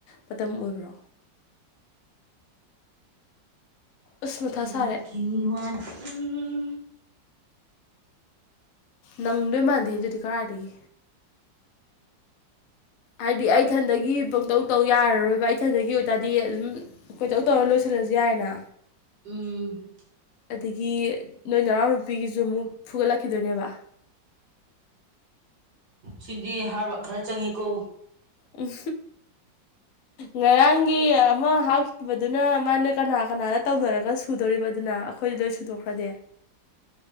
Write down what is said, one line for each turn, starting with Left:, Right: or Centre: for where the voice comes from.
Left: ꯃꯇꯝ ꯑꯣꯏꯕ꯭ꯔꯣ ꯑꯁ ꯃꯊꯥ ꯁꯥꯔꯦ
Right: ꯋꯥꯠꯈꯤꯅꯤ ꯋꯥꯠꯈꯤꯅꯤ
Left: ꯅꯪ ꯂꯣꯏ ꯃꯥꯟꯗꯦ ꯑꯗꯨꯗꯤ ꯀꯔꯥꯏꯗꯒꯤ ꯍꯥꯏꯗꯤ ꯑꯩꯊꯟꯗꯒꯤ ꯄꯪꯇꯧ ꯇꯧ ꯌꯥꯔꯔꯣꯏꯕ ꯏꯊꯟꯗꯒꯤ ꯑꯣꯏꯇꯥꯔꯗꯤ ꯑꯗꯨꯝ ꯀꯣꯏꯇꯧ ꯇꯧꯔ ꯂꯣꯏꯁꯤꯜꯂꯁꯨ ꯌꯥꯏꯦꯅ
Right: ꯎꯝ
Left: ꯑꯗꯒꯤ ꯅꯣꯏ ꯅꯔꯎꯅꯨꯄꯤꯒꯤꯁꯨ ꯑꯃꯨꯛ ꯐꯨꯒꯠꯂꯛꯈꯤꯗꯣꯏꯅꯦꯕ
Right: ꯁꯤꯗꯤ ꯍꯥꯏꯔꯕ ꯈꯔ ꯆꯪꯉꯤꯀꯣ
Left: ꯎꯝ ꯉꯔꯥꯡꯒꯤ ꯑꯃ ꯍꯥꯞꯈꯤꯕꯗꯨꯅ ꯃꯥꯅ ꯀꯅꯥ ꯀꯅꯥꯗ ꯇꯧꯅꯔꯒ ꯁꯨꯗꯣꯔꯤꯕ ꯑꯗꯨꯅ ꯑꯩꯈꯣꯏꯗꯤ ꯂꯣꯏ ꯁꯤꯟꯗꯣꯛ ꯈꯔꯗꯤ